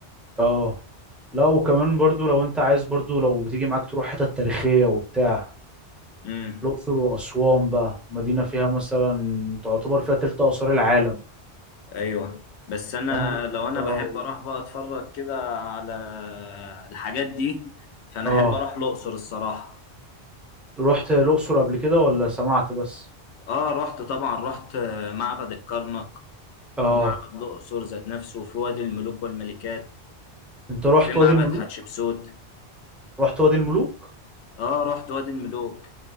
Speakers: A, in the centre; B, on the left.
A: اه لا وكمان برضو لو انت عايز برضو لو بتيجي معاك تروح حتت تاريخية وبتاع
B: امم
A: الأقصر وأسوان بقى مدينة فيها مثلا تعتبر فيها تلت آثار العالم
B: ايوه بس انا
A: وانا ب...
B: لو انا
A: اه
B: بحب اروح بقى اتفرج كده على الحاجات دي فانا
A: اه
B: احب اروح الاقصر الصراحة
A: رحت الأقصر قبل كده ولا سمعت بس
B: اه رحت طبعا رحت معبد الكرنك
A: اه
B: ومعبد الأقصر ذات نفسه وفي وادي الملوك والملكات
A: انت رحت
B: وفي معبد
A: وادي الملوك
B: حتشبسوت
A: رحت وادي الملوك
B: اه رحت وادي الملوك